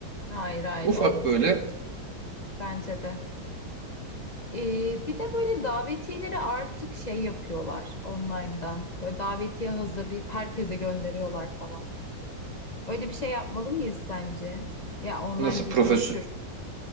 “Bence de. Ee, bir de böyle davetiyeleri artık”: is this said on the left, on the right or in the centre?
Left